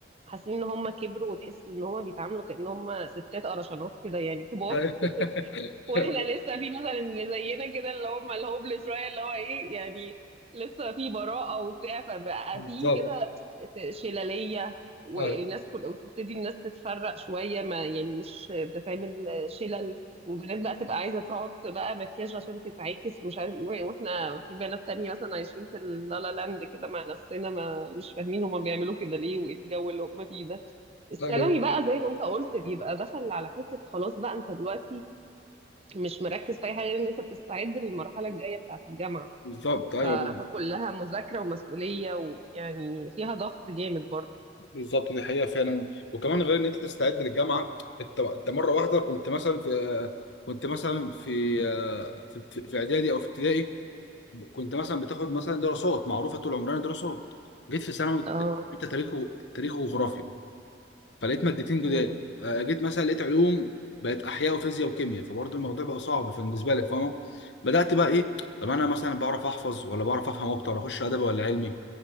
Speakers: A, on the right; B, on the left.
A: حاسين ان هم كبروا وتحس ان هم بيتعاملوا كأن هم ستات قرشانات كده يعني كبار
B: <laughs>
A: واحنا لسه في مثلا اللي زينا كده اللي هم الهوبلس شويه اللي هو ايه يعني لسه في براءة وبتاع فبقى
B: بالظبط
A: في كده ت- شلالية والناس
B: ايوه
A: كل وتبتدي الناس تتفرق شوية ما يعني مش بتتعمل شلل وبنات بقى تبقى عايزة تحط بقى مكياج عشان تتعاكس ومش عارف ايه واحنا في بنات تانية مثلا عايشين في اللالا لاند كده مع نفسنا ما مش فاهمين هما بيعملوا كده ليه وايه الجو اللي هما فيه ده الثانوي
B: ايوه
A: بقى زي ما انت قلت بيبقى دخل على حتة خلاص بقى انت دلوقتي مش مركز في اي حاجه غير ان انت بتستعد للمرحله الجايه بتاعه الجامعه
B: بالظبط
A: ف...
B: ايوه
A: فكلها مذاكره ومسؤوليه ويعني فيها ضغط جامد برضه
B: بالظبط دي حقيقة فعلا وكمان غير ان انت تستعد للجامعة انت انت مرة واحدة كنت مثلا في كنت مثلا في في في اعدادي او في ابتدائي كنت مثلا بتاخد مثلا دراسات معروفة طول عمرنا دراسات جيت في ثانوي
A: اه
B: انت تاريخ و- تاريخ وجغرافيا فلقيت مادتين جداد
A: اه
B: آه، جيت مثلا لقيت علوم بقت احياء وفيزياء وكيمياء فبرضه الموضوع بقى صعب فبالنسبة لك فاهمة بدأت بقى ايه طب انا مثلا بعرف احفظ ولا بعرف افهم اكتر اخش ادبي ولا علمي